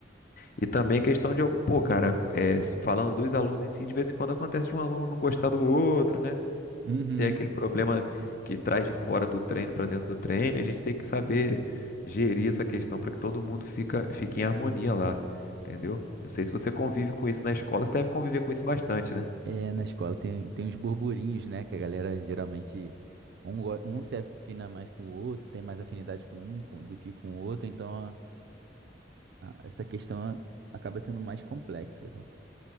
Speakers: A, on the left; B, on the right.
A: E também a questão de, algo- pô, cara, é, falando dos alunos em si, de vez em quando acontece de um aluno não gostar do outro, né?
B: Uhum.
A: Tem aquele problema que traz de fora do treino para dentro do treino, e a gente tem que saber gerir essa questão para que todo mundo fica, fique em harmonia lá, entendeu? Não sei se você convive com isso na escola, você deve conviver com isso bastante, né?
B: É, na escola tem, tem uns burburinhos, né? Que a galera geralmente. Um, go- um se afina mais com o outro, tem mais afinidade com um com- do que com o outro, então a- essa questão acaba sendo mais complexa, cara.